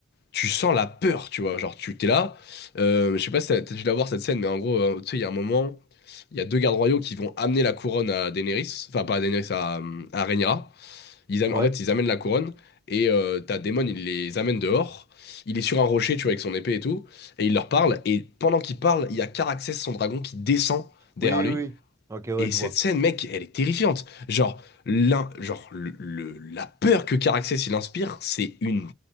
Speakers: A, on the left; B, on the right.
A: tu sens la peur, tu vois. Genre, tu t'es là. Euh, je sais pas si t'as t'as dû la voir cette scène, mais en gros, euh, tu sais, il y a un moment, il y a deux gardes royaux qui vont amener la couronne à Daenerys, enfin, pas à Daenerys, à, euh, à Rhaenyra. Ils am-
B: ouais,
A: en fait, ils amènent la couronne et euh, t'as Daemon, il les amène dehors. Il est sur un rocher, tu vois, avec son épée et tout, et il leur parle. Et pendant qu'il parle, il y a Caraxès, son dragon, qui descend derrière
B: oui,
A: lui.
B: oui, oui. ok, ouais,
A: Et
B: je
A: cette
B: vois.
A: scène, mec, elle est terrifiante. Genre, l'un, genre le- le- la peur que Caraxès il inspire, c'est une